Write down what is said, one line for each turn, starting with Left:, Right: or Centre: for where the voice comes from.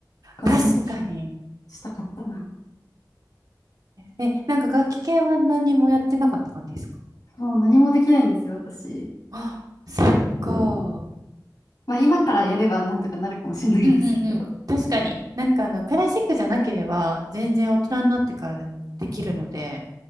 Left: 子供の時
Right: ー確かに。
Left: したかったな。
Right: え、なんか楽器系は何もやってなかった感じですか
Left: もう何もできないんですよ、私。
Right: あ、そっか。
Left: うんまあ今からやればなんとかなるかもしれないですけど。
Right: うんうんうん。確かに。なんかあの、クラシックじゃなければ、全然大人になってからでもできるので。
Left: うん